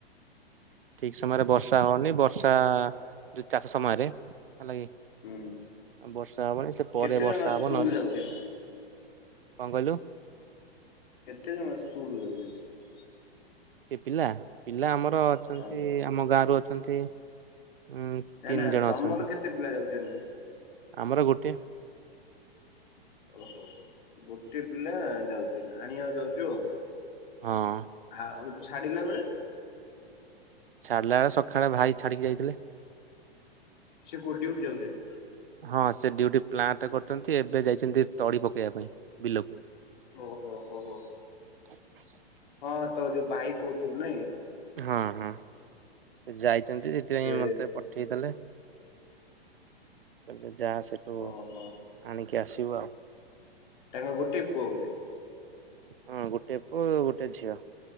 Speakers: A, on the right (about 60°); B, on the left (about 50°).
A: ଠିକ ସମୟରେ ବର୍ଷା ହଉନି ବର୍ଷା ଯୋଉ ଚାଷ ସମୟରେ ହେଲା କିି।
B: ହୁଁ
A: ବର୍ଷା ହବନି ସେ ପରେ
B: କେତେ ଜଣ
A: ବର୍ଷା
B: ସ୍କୁଲ
A: ହବ ନହେଲେ।
B: ଯାଉଛନ୍ତି?
A: କଣ କହିଲୁ।
B: କେତେ ଜଣ ସ୍କୁଲ ଯାଉଛନ୍ତି।
A: କିଏ ପିଲା ପିଲା ଆମର। ଅଛନ୍ତି
B: ହଁ
A: ଆମ ଗାଁ ରୁ ଅ। ଅଛନ୍ତି। ଉଁ
B: ନା
A: ତିନି
B: ନା
A: ଜଣ
B: ତମର
A: ଅଛନ୍ତି
B: କେତେ ପିଲା ଯାଉଛନ୍ତି।
A: ଆମର ଗୋଟିଏ।
B: ଓହୋ ଗୋଟେ ପିଲା ଯାଉଛି। ଆଣିବାକୁ ଯାଉଛୁ ଆଉ।
A: ହଁ।
B: ଆଉ ଛାଡିଲା ବେଳେ।
A: ଛାଡିଲା ବେଳେ ସକାଳେ ଭାଇ ଛାଡିକି ଯାଇଥିଲେ।
B: ସେ କୋଉଠି ଡ୍ୟୁଟି ଯାଉଛି।
A: ହଁ ସେ ଡ୍ୟୁଟି ପ୍ଲାଣ୍ଟ କରୁଛନ୍ତି ଏବେ ଯାଇଛନ୍ତି ତଳି ପକେଇବା ପାଇଁ ବିଲକୁ।
B: ଓୁ ହୋ ହଉ ହଉ।
A: <unintelligible>
B: ହଁ ତ ଯୋଉ ଭାଇ କହୁଥିଲୁ ନାଇଁ।
A: ହଁ ହଁ। ସେ ଯାଇ। ଛନ୍ତି ସେଥିପାଇଁଁ
B: ସେ
A: ମତେ ପଠେଇ ଦେଲେ। <inaudible> ଯାହା ସେଠୁ
B: ଓହୋ
A: ଆଣିି କି ଆସିବୁ ଆଉ।
B: ତାଙ୍କ ଗୋଟେ ପୁଅ ବୋଧେ?
A: ହଁ ଗୋଟେ ପୁଅ ଗୋଟେ ଝିଅ